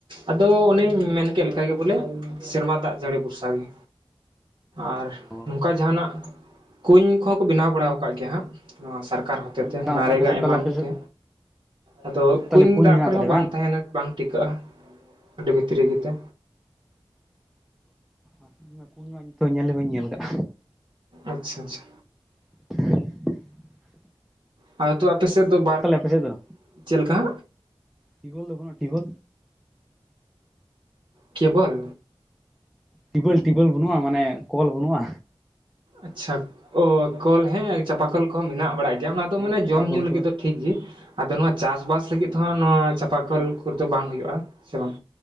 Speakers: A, on the right; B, in the centre.
A: ᱟᱫᱚ ᱚᱱᱮᱧ ᱢᱮᱱ ᱠᱮᱫ ᱞᱮ ᱞᱮᱠᱟᱜ ᱜᱮ ᱵᱚᱞᱮ ᱥᱮᱨᱢᱟ ᱫᱟᱜ ᱡᱟᱹᱲᱤ ᱵᱷᱚᱨᱥᱟ ᱜᱮ᱾ ᱟᱨ
B: ᱚ
A: ᱱᱚᱝᱠᱟ ᱡᱟᱦᱟᱸᱱᱟᱜ ᱠᱩᱧ ᱠᱚᱦᱚᱸ ᱠᱚ ᱵᱮᱱᱟᱣ ᱵᱟᱲᱟ ᱠᱟᱜ ᱜᱮᱭᱟ ᱦᱟᱸᱜ᱾ ᱱᱚᱣᱟ ᱥᱚᱨᱠᱟᱨ ᱦᱚᱛᱮ
B: ᱠᱩᱧ
A: ᱛᱮ
B: ᱢᱮᱱᱟᱜᱼᱟ
A: ᱱᱟ ᱨᱮᱜᱟ
B: ᱟᱯᱮ ᱥᱮᱫ
A: ᱮᱢᱟᱱ
B: ᱛᱟᱦᱞᱮ ᱟᱯᱮ ᱥᱮᱫ
A: ᱛᱮ᱾ ᱟᱫᱚ
B: ᱟᱯᱮ ᱥᱮᱫ ᱛᱟᱦᱞᱮ
A: ᱠᱩᱧ ᱫᱟᱜ
B: ᱢᱮᱱᱟᱜ
A: ᱠᱚᱨᱮ
B: ᱛᱟᱞᱮ
A: ᱦᱚᱸ ᱵᱟᱝ ᱛᱟᱦᱮᱸᱱᱟ ᱵᱟᱝ ᱴᱤᱠᱟᱹᱜᱼᱟ ᱟᱹᱰᱤ ᱵᱷᱤᱛᱨᱤ ᱜᱮᱛᱮ᱾
B: ᱚ ᱤᱧ ᱠᱩᱧ ᱢᱟ ᱱᱤᱛᱚᱜ ᱧᱮᱞ ᱵᱟᱹᱧ ᱧᱮᱞ ᱠᱟᱜ᱾
A: ᱟᱪᱪᱷᱟ ᱪᱷᱟ᱾
B: ᱦᱚᱸ
A: ᱟ ᱛᱚ ᱟᱯᱮ ᱥᱮᱫ ᱫᱚ ᱵᱟᱱ
B: ᱟᱯᱮ ᱥᱮᱫ ᱫᱚ
A: ᱪᱮᱫ ᱞᱮᱠᱟ ᱦ
B: ᱴᱤᱭᱩᱵᱚᱭᱮᱞ ᱫᱚ ᱵᱟᱹᱱᱩᱜᱼᱟ ᱴᱤᱭᱩᱵᱚᱭᱮᱞ
A: ᱠᱮᱵᱚᱞ
B: ᱴᱤᱯᱮᱞ ᱴᱤᱯᱮᱞ ᱵᱟᱹᱱᱩᱜᱼᱟ ᱢᱟᱱᱮ ᱠᱚᱞ ᱵᱟᱹᱱᱩᱜᱼᱟ
A: ᱟᱪᱪᱷᱟ ᱚ ᱠᱚᱞ ᱦᱮᱸ ᱪᱟᱸᱯᱟ ᱠᱚᱞ ᱠᱚᱦᱚᱸ ᱢᱮᱱᱟᱜ ᱵᱟᱲᱟᱜ ᱜᱮᱭᱟ ᱚᱱᱟ ᱫᱚ
B: ᱦᱮᱸ
A: ᱢᱟᱱᱮ
B: ᱪᱟᱯᱟ
A: ᱡᱚᱢ
B: ᱠᱚᱞ
A: ᱧᱩ ᱞᱟᱹᱜᱤᱫ
B: ᱠᱚ
A: ᱫᱚ ᱴᱷᱤᱠᱜᱮ ᱟᱫᱚ ᱱᱚᱣᱟ ᱪᱟᱥ ᱵᱟᱥ ᱞᱟᱹᱜᱤᱫ ᱛᱮᱦᱚᱸ ᱱᱚᱣᱟ ᱪᱟᱸᱯᱟ ᱠᱚᱞ ᱠᱚᱨᱫᱚ ᱵᱟᱝ ᱦ ᱦᱩᱭᱩᱜᱳᱜᱼᱟ ᱥᱮ ᱵᱟᱝ